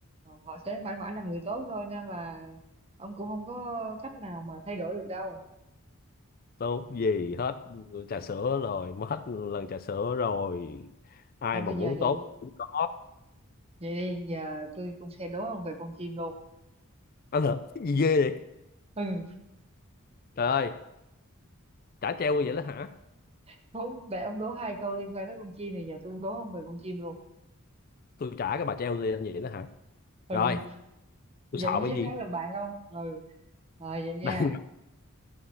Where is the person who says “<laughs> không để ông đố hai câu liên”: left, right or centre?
Right